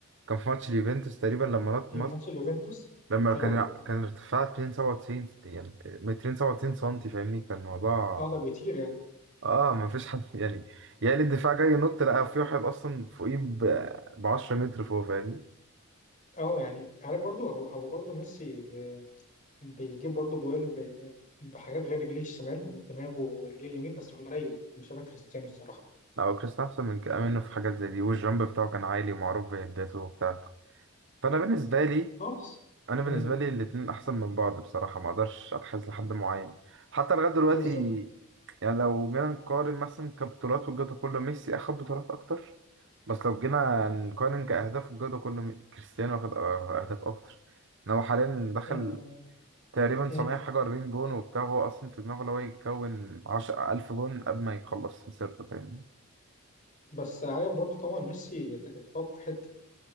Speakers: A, on the right (about 55°); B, on the left (about 35°).
A: كان في ماتش اليوفنتوس تقريبا لما
B: ماتش
A: نط
B: اليوفنتوس
A: لما
B: ايوه
A: كان كان ارتفاع 297 يعني 297 سنتي فاهمني كان الموضوع
B: اه ده بيطير يعني
A: اه ما فيش حد <laughs> يعني يعني الدفاع جاي ينط لقى في واحد اصلا فوقيه ب 10 متر فوق فاهمني
B: اه يعني عارف برضو هو هو برضو ميسي ب- بيجيب برضو جوال ب- بحاجات غير رجليه الشمال دماغه ورجليه اليمين بس قليل مش شبه كريستيانو الصراحه
A: لا هو كريستيانو احسن من كده منه في حاجات زي دي والجامب بتاعه كان عالي ومعروف بهداته وبتاع فانا بالنسبه لي
B: نفس
A: انا بالنسبه
B: مم.
A: لي الاتنين احسن من بعض بصراحه ما اقدرش اتحيز لحد معين حتى لغايه دلوقتي
B: بالظبط
A: يعني لو جينا نقارن مثلا كبطولات والجوده كله ميسي اخد بطولات اكتر بس لو جينا نقارن كاهداف والجوده كله مي- كريستيانو واخد أه- اهداف اكتر ان هو حاليا دخل
B: آه،
A: تقريبا
B: مم.
A: 700 حاجه 40 جون وبتاع هو اصلا في دماغه لو يكون 10 1000 جون قبل ما يخلص مسيرته فاهمني
B: بس عارف برضو طبعا ميسي يت- يتفوق في حتة